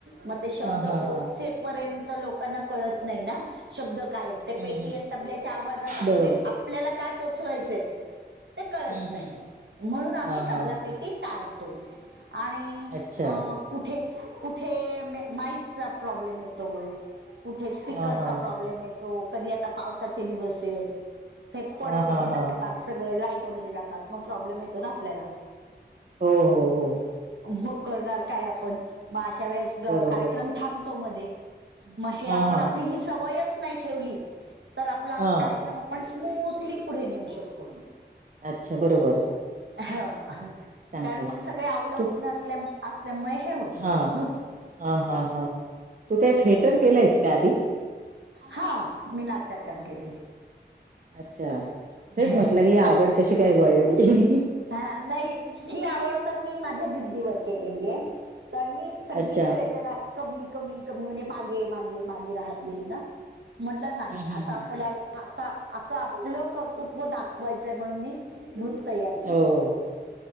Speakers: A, on the right; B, on the right.
A: मग ते शब्द
B: हा हा
A: पोचेपर्यंत
B: हा
A: पर्यंत लोकांना कळत नाही ना शब्द काय आहे ते
B: हम्म
A: पेटी
B: हम्म
A: आणि तबल्याच्या आवाजात आपली
B: बरोबर
A: आपल्याला काय पोचवायचंय ते कळत
B: हम्म
A: नाही
B: हम्म
A: म्हणून आम्ही
B: हा
A: तबलापेटी
B: हा
A: टाळतो आणि अ
B: अच्छा
A: कुठे कुठे माईकचा प्रॉब्लेम येतो. ते स्पीकरचा
B: हा हा
A: प्रॉब्लेम येतो कधी आता पावसाचे दिवस आहेत. हे पड
B: हा हा
A: हे जातात
B: हा
A: सगळ लाईट वगैरे जातात मग प्रॉब्लेम येतो ना आपल्याला‌.
B: हो हो. हो
A: मग करणार काय आपण मग अशा वेळेस कार्यक्रम
B: बरोबर
A: थांबतो मध्ये. मग हे
B: हा
A: आपण
B: हा
A: आपली ही सवयच नाही ठेवली तर आपला
B: हा
A: कार्यक्रम पण स्मूथली पुढे नेऊ शकतो.
B: अच्छा बरोबर.
A: हा.
B: चांगलंय
A: कारण मग सगळे अवलंबून
B: तू
A: असल्या असल्यामुळे हे होतं
B: हा
A: मग.
B: हा हा हा. तू काय थिएटर केलंयस का आधी?
A: हा मी नाटकात काम केेलेय.
B: अच्छा तेच
A: हम्.
B: म्हटलं ही आवड कशी काय बुवा एवढी
A: हा नाही ही आवड तर मी माझ्या जिद्दीवर केलेले, कारण मी सगळीकडे
B: अच्छा
A: जरा कमी कमी कमी म्हणजे मागे मागे मागे राहत गेले ना. म्हंटलं
B: हम्म
A: नाही आता
B: हम्म हम्म
A: आपल्याला अस असं आपलं कर्तृत्व दाखवायचंय म्हणून मी ग्रुप तयार केला.
B: हो